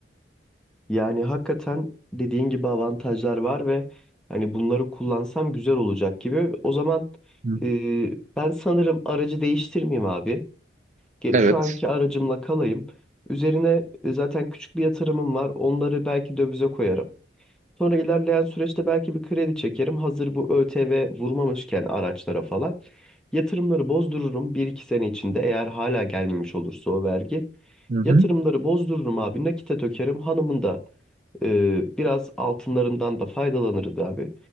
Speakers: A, in the centre; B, on the right (about 45°).
A: Yani hakikaten dediğin gibi avantajlar var ve hani bunları kullansam güzel olacak gibi. O zaman
B: Hı.
A: e, ben sanırım aracı değiştirmeyeyim abi. Ge-
B: Evet.
A: Şu anki aracımla kalayım. Üzerine e, zaten küçük bir yatırımım var. Onları belki dövize koyarım. Sonra ilerleyen süreçte belki bir kredi çekerim. Hazır bu ÖTV vurmamışken araçlara falan. Yatırımları bozdururum Bir iki sene içinde eğer hala gelmemiş olursa o vergi.
B: Hı
A: Yatırımları
B: hı.
A: bozdururum abi nakite dökerim. Hanımın da ee, biraz altınlarından da faydalanırız abi.